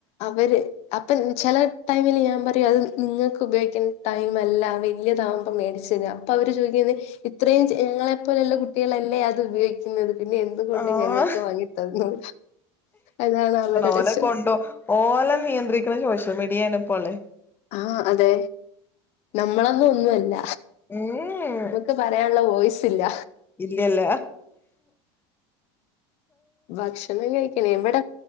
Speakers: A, on the left; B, on the left.
A: അവര് അപ്പൊ ചില ടൈമില് ഞാൻ പറയും അത് നിങ്ങൾക്ക് ഉപയോഗിക്കേണ്ട ടൈം അല്ല വലിയതാകുമ്പം മേടിച്ചരാം അവര് ചോദിക്കുന്നത് ഇത്രയും ഞങ്ങളെപ്പോലുള്ള കുട്ടികളല്ലേ അത് ഉപയോഗിക്കുന്നത് പിന്നെ എന്തുകൊണ്ട്
B: ആഹ്
A: ഞങ്ങൾക്ക് വാങ്ങി തന്നൂട അതാണ് അവരുടെ
B: ഓലെ
A: ചോദ്യം
B: കൊണ്ടോ ഓലെ നിയന്ത്രിക്കണ സോഷ്യൽ മീഡിയ ആണ് ഇപ്പോള്ളേ
A: ആഹ് അതെ നമ്മളന്നും ഒന്നുമല്ല
B: ഉം
A: നമ്മക്ക് പറയാനുള്ള വോയിസില്ല
B: ഇല്ലല്ലാ
A: ഭക്ഷണം കഴിക്കണം എവിട